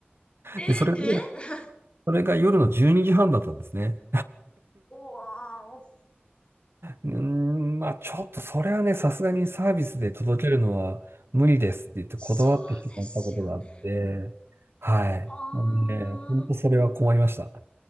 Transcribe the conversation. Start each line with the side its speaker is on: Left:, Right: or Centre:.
Left: え、
Right: で、それが、
Left: え
Right: それが夜の12時半だったんですね。
Left: お <laughs> わーお、
Right: うーん、まあちょっとそれはね、さすがにサービスで届けるのは無理ですって言って断ってしまったことがあって、
Left: そうですよね。
Right: はい。
Left: ああ。
Right: あのね、本当それは困りました。